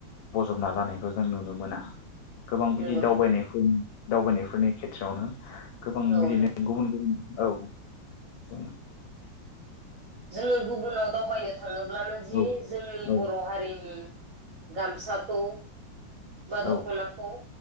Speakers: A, on the left; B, on the right.
A: बजबना लानायखौ जों नुनो मोना। गोबां
B: नंगौ
A: बिदि दावबायनायफोन।
B: नोंथां
A: दावबायनायफोरनि खेथ्रआवनो। गोबां
B: औ
A: बिदिनो
B: नोंथां
A: गुबुन गुबुन औ। दङ।
B: जोङो गुबुनाव दावबायनो थाङोब्लानो
A: जों
B: जि जोंनि
A: औ
B: बर' हारिनि गामसा। खौ। बा
A: औ
B: दखनाखौ